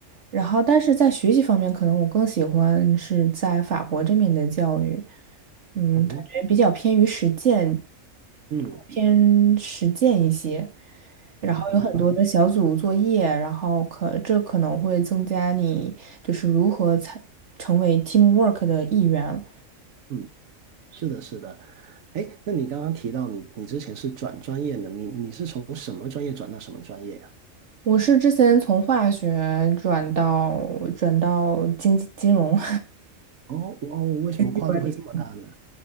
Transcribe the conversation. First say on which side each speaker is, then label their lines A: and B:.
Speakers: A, on the right (about 60°); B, on the right (about 80°).
A: 然后但是在学习方面，可能我更喜欢是在法国这面的教育，嗯，
B: 嗯
A: 感觉比较偏于实践，
B: 嗯，
A: 偏实践一些，然后有很多的小组作业，
B: 嗯白。
A: 然后可这可能会增加你就是如何才成为 teamwork 的一员。
B: 嗯，是的，是的。哎，那你刚刚提到你你之前是转专业的，你你是从什么专业转到什么专业呀？
A: 我是之前从化学转到转到经济金融。
B: 哦哦，为什么跨度会这么大呢？
A: <laughs>